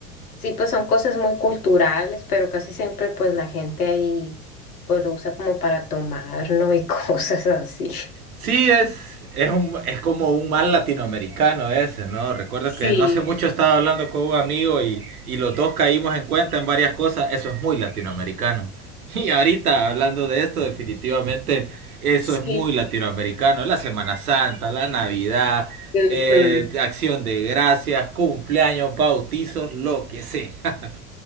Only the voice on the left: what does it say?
Sí, pues son cosas muy culturales, pero casi siempre pues la gente ahí pues lo usa como para tomar, ¿no? Y <laughs> cosas así.
Sí,
sí.
ujú,